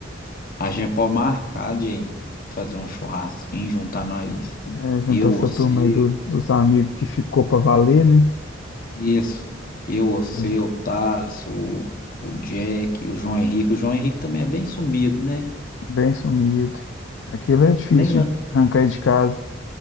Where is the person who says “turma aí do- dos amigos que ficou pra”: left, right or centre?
Left